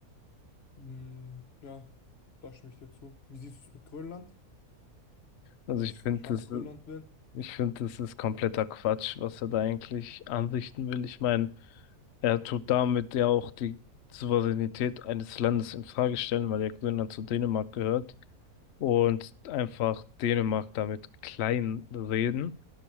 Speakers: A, on the left (about 45°); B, on the left (about 60°).
A: mm, ja, da stimme ich dir zu. Wie siehst du es mit Grönland?
B: Also
A: dass
B: ich finde,
A: Trump
B: das
A: Grönland will,
B: Ich finde, das ist kompletter Quatsch, was er da eigentlich anrichten will. Ich meine, er tut damit ja auch die Souveränität eines Landes in Frage stellen, weil ja Grönland zu Dänemark gehört und einfach Dänemark damit klein reden.